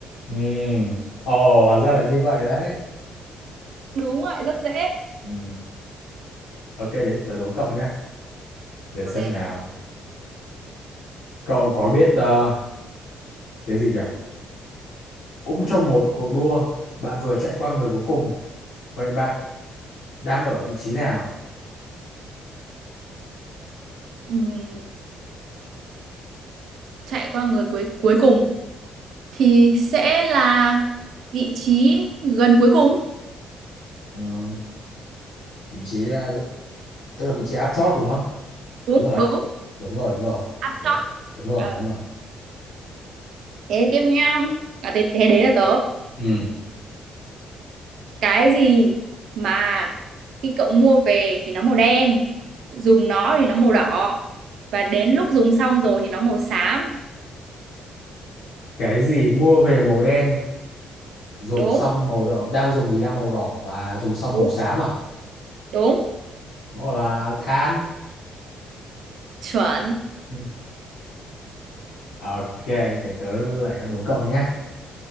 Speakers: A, on the left; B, on the right.
A: ừ ồ hóa ra là như vậy đấy
B: đúng vậy rất dễ
A: ừ. ok đến lượt tớ đố cậu nhé để xem
B: ok
A: nào cậu có biết ờ, cái gì nhỉ cũng trong một cuộc đua bạn vừa chạy qua người cuối cùng vậy bạn đang ở vị trí nào
B: Ừm, chạy qua người cuối cuối cùng thì sẽ là vị trí gần cuối cùng
A: ừ. vị trí à, tức là vị trí áp chót đúng không
B: đúng
A: đúng rồi đấy.
B: đúng
A: đúng rồi đúng rồi
B: ăn
A: Để-
B: chót
A: đúng rồi
B: ờ
A: đúng rồi
B: thế tiếp nha à, thế, thế đấy là tớ
A: ừ.
B: cái gì mà khi cậu mua về thì nó màu đen dùng nó thì nó màu đỏ và đến lúc dùng xong rồi thì nó màu xám
A: cái gì mua về màu đen dùng
B: đúng
A: xong màu đỏ đang dùng thì đang màu đỏ và dùng xong
B: Đúng.
A: màu xám à
B: đúng
A: nó gọi là than
B: chuẩn
A: Ừ. À, ok để tớ lại đố cậu nhé